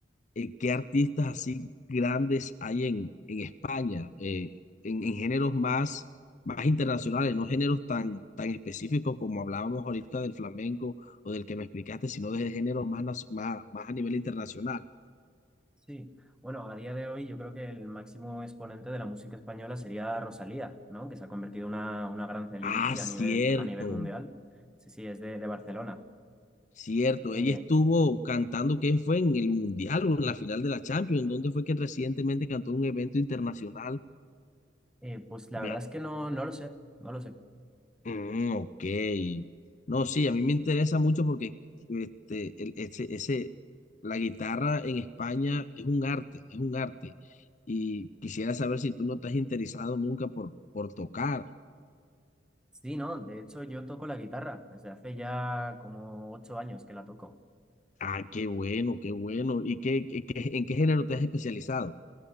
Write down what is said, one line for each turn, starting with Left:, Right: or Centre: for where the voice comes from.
Left: eh, qué artistas así grandes hay en, en España, eh, en, en géneros más, más internacionales, no géneros tan, tan específicos como hablábamos ahorita del flamenco o del que me explicaste, sino de géneros más, naci- más, más a nivel internacional.
Centre: Sí. Bueno, a día de hoy yo creo que el máximo exponente de la música española sería Rosalía, ¿no? Que se ha convertido en una, una gran celebrity
Left: Ah, cierto,
Centre: a nivel, a nivel mundial. Sí, sí, es de, de Barcelona.
Left: cierto.
Centre: Eh,
Left: Ella estuvo cantando, ¿qué fue? En el Mundial o en la final de la Champions, donde fue que recientemente cantó en un evento internacional.
Centre: eh, pues la verdad
Left: Me,
Centre: es que no, no lo sé, no lo sé.
Left: Mm, ok. No, sí, a mí me interesa mucho porque este, el- ese, ese, la guitarra en España es un arte, es un arte. Y quisiera saber si tú no estás interesado nunca por, por tocar.
Centre: Sí, no, de hecho yo toco la guitarra desde hace ya como ocho años que la toco.
Left: Ah, qué bueno, qué bueno. ¿Y qué, qué- qué- en qué género te has especializado?